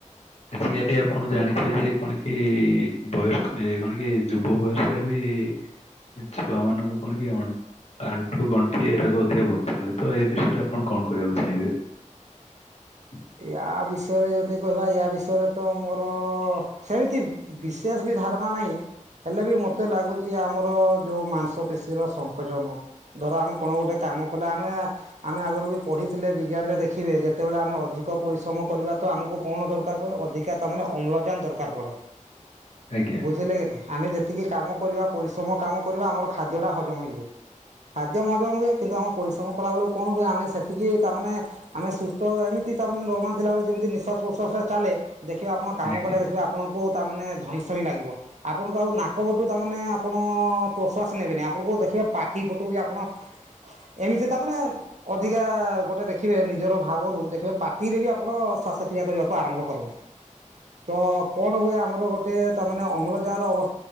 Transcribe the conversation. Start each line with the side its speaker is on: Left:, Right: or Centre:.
Left: ଆଜି କାଲି ଆପଣ ଜାଣିପାରିବେ କଣ କି କି ବୟସ୍କ ଏ କଣ କି ଯୁବ ବୟସରେ ବି ଏ ଛୁଆ ମାନଙ୍କୁ କଣ କିଏ ଅ ଆଣ୍ଠୁ ଗଣ୍ଠି ଏରାକୁ ଅଧିକା ବଥା ହୁଏ ତ ଏ ବିଷୟରେ ଆପଣ କଣ କହିବାକୁ ଚାହିଁବେ <inaudible>
Right: ୟା ବିଷୟରେ ଯଦି କହିବା ୟା ବିଷୟରେ ତ ମୋର ସେମିତି ବିଶେଷ ବି ଧାରଣା ନାଇ। ହେଲେ ବି ମତେ ଲାଗୁଛି ଆମର ଯୋଉ ମାଂସ ପେଶୀର ସଙ୍କୋଚନ ଧର ଆମେ କଣ ଗୋଟେ କାମ କଲେ ଆମେ ଆମେ ଆଗରୁ ବି ପଢିଥିଲେ ବିଜ୍ଞାନ ରେ ଦେଖିବେ ଯେତେବେଳେ ଆମେ ଅଧିକ ପରିଶ୍ରମ କରିବା ତ ଆମକୁ କଣ ଦରକାର ପ ଅଧିକା ତାମାନେ ଅମ୍ଳ ଜାନ ଦରକାର ପଡେ
Left: ଆଜ୍ଞା
Right: ବୁଝିଲେ କି ଆମେ ଯେତିକି କାମ କରିବା ପରିଶ୍ରମ କାମ କରିବା ଆମର ଖାଦ୍ୟ ଟା ହଜମ ହେଇଯାଏ। ଖାଦ୍ୟ ମହଜମ ହୁଏ କିନ୍ତୁ ଆମ ପରିଶ୍ରମ କଲା ବେଳକୁ କଣ ହୁଏ ଆମେ ସେତିକି ତାମାନେ ଆମେ ସୁସ୍ଥ ଏମି ତି ତା ନର୍ମାଲ ଥିଲାବେଳେ ଯେମିତି ନିଶ୍ୱାସ ପ୍ରଶ୍ୱାସ ଚାଲେ ଦେଖିବା ଆପଣ କାମ
Left: ଆଜ୍ଞା
Right: କଲେ ଦେଖିବେ ଆପଣଙ୍କୁ ତା ମାନେ ଧଇଁ ସଇଁ ଲାଗିବ ଆପଣଙ୍କୁ ଆଉ ନାକପଟୁ ତାନେ ଆପଣ ପ୍ରଶ୍ୱାସ ନେବେନି ଆପଣଙ୍କୁ ଦେ ଖିବେ ପାଟି ପଟୁ ବି ଆପଣ ଏମିତି ତା ମାନେ ଅଧିକା ଗୋଟେ ଦେଖିବେ ନିଜର ଭା ବ ରୁ ଦେଖିବେ ପାଟିରେ ବି ଆପଣ ଶ୍ଵାସକ୍ରିୟା କରିବାକୁ ଆରମ୍ଭ କରନ୍ତି। ତ କଣ ହୁଏ ଆମର ଗୋଟେ ତାମାନେ ଅମ୍ଳଜାନ ଅବ